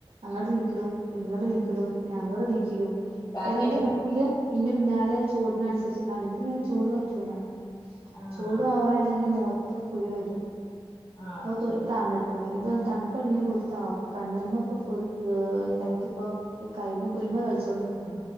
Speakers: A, on the right; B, on the left.
A: അങ്ങട്ട് നീക്കിടും പിന്നെ ഇങ്ങട്ട് നീക്കിടും പിന്നെ അങ്ങട്ട് നീക്കിടും
B: കാറ്റായിട്ട്
A: കാരണം ഇന്റെ കട്ടില് ഇന്റെ പിന്നാലെ ചോ അനുസരിച് അനക്ക് ചോർ പറ്റൂല
B: ആഹ്
A: ചൂട് ഓവറായി എന്റെ മോത്ത് കുരു വരും
B: ആഹ്
A: ഇപ്പം
B: അത്
A: കുരു
B: ശരി
A: താന്ന്ക്ക്ണ് ഇപ്പ ഇപ്പം തണ്പ്പാണെങ്കില് കുരു താവും കണ്ണ്മ്മ ഇപ്പം കുരു ഏ ഇണ്ടായിട്ടുപ്പോ കൈമ കുരുമൽ കളിച്ചോണ്ട്ക്ക